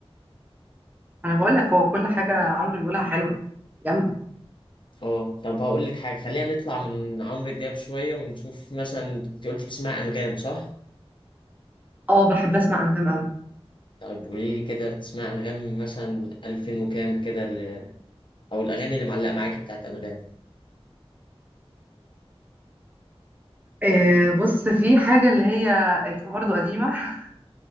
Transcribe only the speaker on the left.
اه طب هقول لك حاجة خلينا نطلع من عمرو دياب شوية ونشوف مثلا انت قلت بتسمع أنغام صح؟
طيب قولي لي كده بتسمع أنغام مثلا 2000 وكام كده ال- أو الأغاني اللي معلقة معاكي بتاعت أنغام